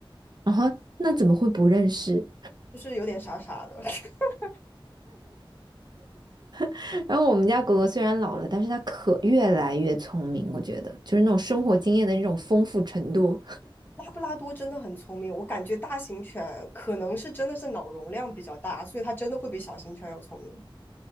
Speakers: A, on the right; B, on the left.
A: 然后那怎么会不认识？
B: 就是有点傻傻的。<laughs>
A: <laughs> 然后我们家狗狗虽然老了，但是它可越来越聪明，我觉得就是那种生活经验的那种丰富程度。
B: 拉布拉多真的很聪明，我感觉大型犬可能是真的是脑容量比较大，所以它真的会比小型犬要聪明。